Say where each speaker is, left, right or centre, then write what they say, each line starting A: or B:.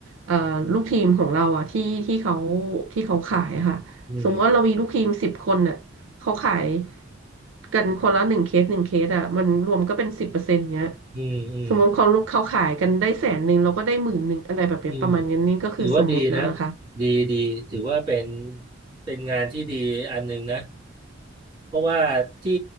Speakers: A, on the right (about 75°); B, on the right (about 25°).
A: เอ่อลูกทีมของเราอะที่ที่เขาที่เขาขายอะค่ะสมมติว่าเรามีลูกทีมสิบคนเนี่ยเขาขาย
B: อืม
A: กันคนละหนึ่งเคสหนึ่งเคสอะมันรวมก็เป็นสิบเปอร์เซ็นต์เนี้ย
B: อืมอืม
A: สมมติเขาเขาขายกันได้แสนหนึ่งเราก็ได้หมื่นหนึ่งอะไรแบบเนี้ยประมาณนี้นี่ก็คือสมมตินะคะ
B: อืมถือว่าดีนะดีดีถือว่าเป็นเป็นงานที่ดีอันหนึ่งนะ เพราะว่าที่